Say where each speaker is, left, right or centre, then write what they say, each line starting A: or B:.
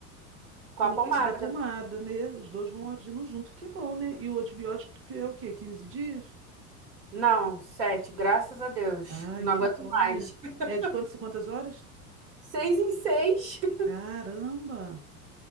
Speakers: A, on the right; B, on the right.
A: com
B: Com a pomada.
A: esse da pomada, né? Os dois vão agindo junto, que bom, né? E o antibiótico que é o quê? 15 dias?
B: Não, sete, graças a Deus.
A: Ai,
B: Não
A: que
B: aguento
A: bom,
B: mais.
A: né?
B: <laughs>
A: É de quantas quantas horas?
B: Seis em seis. <laughs>
A: Caramba!